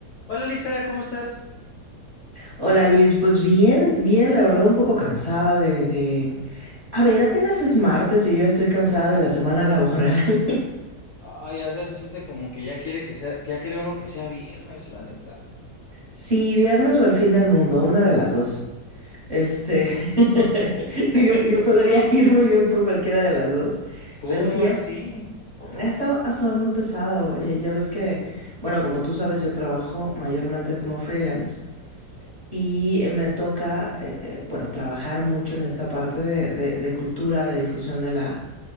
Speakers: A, on the left; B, on the right.
A: Hola Lisa, ¿cómo estás?
B: Hola Luis, pues bien, bien, la verdad un poco cansada de, de... A ver, apenas es martes y yo ya estoy cansada de la semana laboral. <laughs>
A: Ay, ya, ya se siente como que ya quiere que sea, ya quiere uno que sea viernes, la neta.
B: Sí, viernes o al fin del mundo, una de las dos. Este, <laughs>
A: <laughs>
B: yo, yo podría <laughs> ir muy bien por cualquiera de las dos,
A: ¿Cómo
B: pero sí,
A: así?
B: has- ha, estado, ha estado muy pesado. Ya, ya ves que, bueno, como tú sabes, yo trabajo mayormente como freelance y eh, me toca, eh, eh, bueno, trabajar mucho en esta parte de, de- de cultura, de difusión de la,